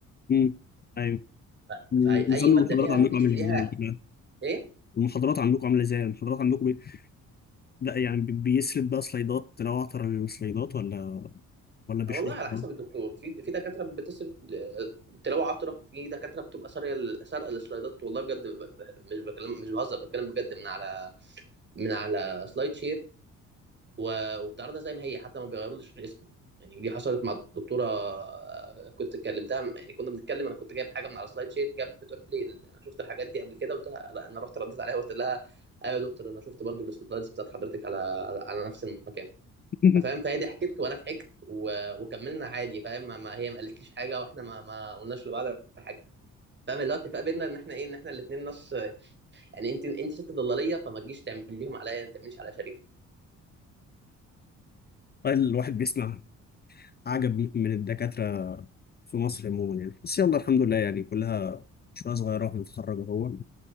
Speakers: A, on the left; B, on the right.
A: امم ايوه
B: ف-
A: ونظام
B: فاي أي ماده
A: المحاضرات
B: ليها
A: عندكم عامل
B: ليها
A: ازاي بقى؟
B: ايه
A: المحاضرات عندكم عامله ازاي المحاضرات عندكم بي... ده يعني بي- بيسرد بقى سلايدات لو اعتبر السلايدات ولا ولا بيشرح
B: والله على
A: برضه؟
B: حسب الدكتور في في دكاتره بتسرق آه، تلاوه عطره في دكاتره بتبقى ساريه ال- سارقه السلايدات والله بجد ب- ب- مش بكلم مش بهزر بتكلم بجد من على من على سلايد شير و- وبتعرضها زي ما هي حتى ما بيغيرولش الاسم يعني دي حصلت مع الدكتوره آه، كنت كلمتها يعني كنا بنتكلم انا كنت جايب حاجه من على سلايد شير جاب بتقول لي ال- انا شفت الحاجات دي قبل كده قلت لها لا انا رحت رديت عليها وقلت لها ايوه يا دكتور انا شفت برضو السلايدز بتاعت حضرتك على على على نفس المكان
A: <laughs>
B: فاهم فهي ضحكت وانا ضحكت و... وكملنا عادي فاهم ما ما- هي ما قالتليش حاجه واحنا ما ما قلناش لبعض حاجه فاهم اللي هو اتفاق بينا ان احنا ايه ان احنا الاثنين نص يعني انت انت ست ضلاليه فما تجيش تعمليهم عليا انت تعمليش على شريف
A: الواحد بيسمع عجب من الدكاترة في مصر عموما يعني بس يلا الحمد لله يعني كلها شوية صغيرة ونتخرج أهو